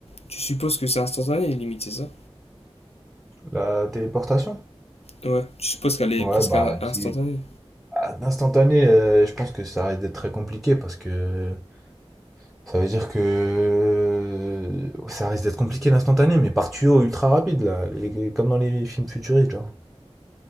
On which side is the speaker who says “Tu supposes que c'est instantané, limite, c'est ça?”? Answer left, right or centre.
Left